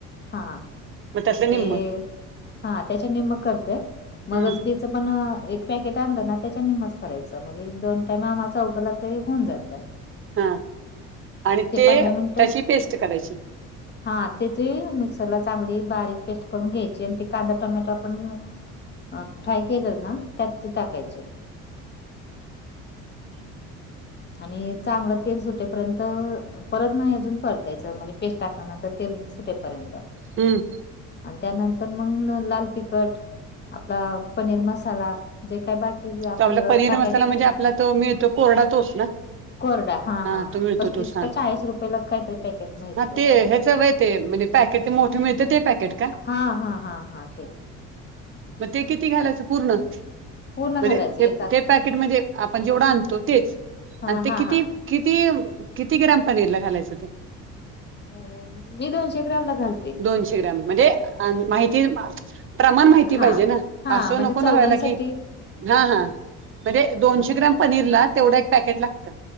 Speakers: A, on the left; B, on the right.
A: हा
B: मग त्यातलं निम्म
A: ते हा त्याच्यानी मग करतेय मगच
B: हम्म
A: बी. पण एक पॅकेट आणलं ना त्याच्या निमच करायचं म्हणजे दोन टाइम आमाचा उघला तरी होऊन जातं
B: हा आणि
A: ते पंधरा मिनिट.
B: त्याची पेस्ट करायची
A: हा तेची मिक्सरला चांगली बारीक पेस्ट करून घ्यायची आणि ते कांदा टोमॅटो आपण. अ फ्राय केलेल ना त्यात ते टाकायचे आणि चांगलं तेल सुटेपर्यंत. परत नाही अजून परतायचं म्हणजे पेस्ट टाकल्यानंतर तेल सुटेपर्यंत
B: हम्म.
A: आणि त्यानंतर मग लाल तिखट. आपला पनीर मसाला जे काय बाकी आपलं
B: तो आपला पनीर
A: टाकायचं
B: मसाला म्हणजे आपला त मिळतो कोरडा तोच ना
A: कोरडा
B: हा तो मिळतो
A: पस्तीस
B: तो स
A: का चाळीस रुपयेला काहीतरी पॅकेट मिळतं
B: हा
A: बघा.
B: ते ह्याच वय ते म्हणजे पॅकेट ते मोठे मिळतं ते पॅकेट का?
A: हा हा हा हा ते
B: मग ते किती घालायचं पूर्ण
A: पूर्ण घालायचं
B: म्हणजे ते
A: एका
B: ते पॅकेटमध्येण आपण जेवढं आणतो तेच
A: हा
B: आणि ते
A: हा
B: किती?
A: हा
B: किती किती ग्राम पनीर ला घालायचं ते.
A: हो हो मी दोनशे ग्रामला घाला
B: दोनशे ग्रॅम म्हणजे अंद माहिती प्रमाण माहिती
A: हा
B: पाहिजे ना
A: हा
B: आसं
A: म्हणजे
B: नको
A: चौघांसाठी
B: न व्हायला की हा हा म्हणजे दोनशे
A: हा
B: ग्राम पनीर ला तेवढा एक पॅकेट लागतं.